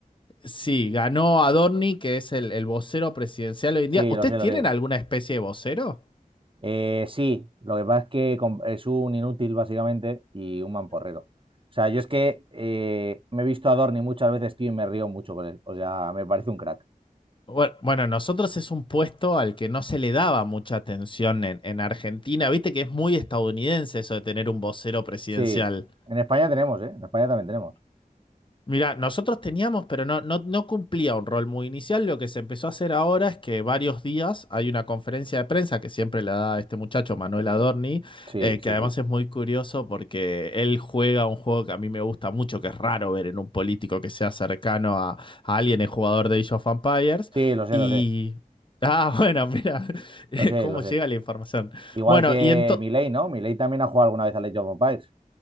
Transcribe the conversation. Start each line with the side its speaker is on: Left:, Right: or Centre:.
Left: Sí, ganó Adorni, que es el, el vocero presidencial hoy en día.
Right: Sí,
Left: ¿Ustedes
Right: lo sé,
Left: tienen
Right: lo sé.
Left: alguna especie de vocero?
Right: Eh, sí, lo que pasa es que com- es un inútil básicamente y un mamporrero. O sea, yo es que eh, me he visto a Dorni muchas veces, tío, y me río mucho con él. O sea, me parece un crack.
Left: Bueno, bueno, nosotros es un puesto al que no se le daba mucha atención en, en Argentina. Viste que es muy estadounidense eso de tener un vocero presidencial.
Right: Sí, en España tenemos, ¿eh? En España también tenemos.
Left: Mira, nosotros teníamos, pero no, no, no cumplía un rol muy inicial. Lo que se empezó a hacer ahora es que varios días hay una conferencia de prensa que siempre la da este muchacho, Manuel Adorni,
Right: Sí,
Left: eh,
Right: sí,
Left: que además
Right: sí.
Left: es muy curioso porque él juega un juego que a mí me gusta mucho, que es raro ver en un político que sea cercano a, a alguien, el jugador de Age of Empires.
Right: Sí, lo sé,
Left: Y.
Right: lo sé.
Left: Ah, bueno, mira, <laughs>
Right: Lo sé,
Left: cómo
Right: lo sé.
Left: llega la información.
Right: Igual
Left: Bueno,
Right: que
Left: y entonces.
Right: Milei, ¿no? Milei también ha jugado alguna vez a Age of Empires.